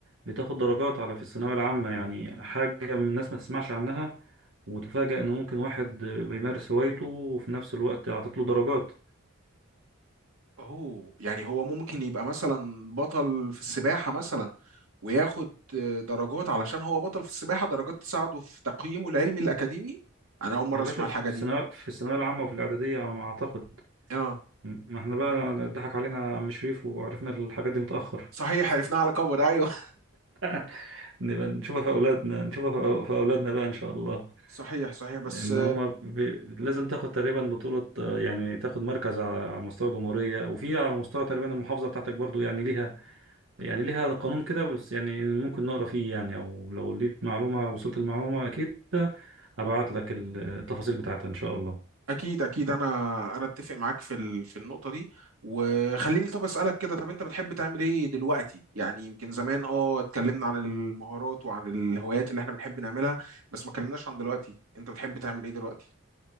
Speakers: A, on the right (about 65°); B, on the right (about 80°).
A: بتاخد درجات على في الثانوية العامة يعني حاجة من الناس ما تسمعش عنها وتفاجأ إن ممكن واحد بيمارس هوايته وفي نفس الوقت عطت له درجات
B: اوه يعني هو ممكن يبقى مثلا بطل في السباحه مثلا وياخد آه، درجات علشان هو بطل في السباحه درجات تساعده في تقييمه العلمي الاكاديمي انا اول مره
A: يا
B: اسمع
A: باشا
B: الحاجه
A: في الثانوية
B: دي
A: في الثانوية العامة وفي الإعدادية على ما أعتقد
B: اه
A: ما احنا بقى ضحك علينا عم شريف وعرفنا الحاجات دي متأخر
B: صحيح عرفناها على كبر ايوه
A: <laughs> نبقى نشوفها في أولادنا نشوفها في في أولادنا بقى إن شاء الله
B: <laughs> صحيح صحيح بس
A: إن هما بي... لازم تاخد تقريبا بطولة آه، يعني تاخد مركز على على مستوى الجمهورية وفي على مستوى تقريبا المحافظة بتاعتك برضو يعني ليها يعني ليها قانون كده بس يعني ممكن نقرا فيه يعني او لو لقيت معلومة وصلت المعلومة اكيد هبعت لك التفاصيل بتاعتها ان شاء الله
B: اكيد اكيد انا انا اتفق معاك في ال... في النقطه دي وخليني طب اسالك كده طب انت بتحب تعمل ايه دلوقتي يعني يمكن زمان اه اتكلمنا عن المهارات وعن الهوايات اللي احنا بنحب نعملها بس ما اتكلمناش عن دلوقتي انت بتحب تعمل ايه دلوقتي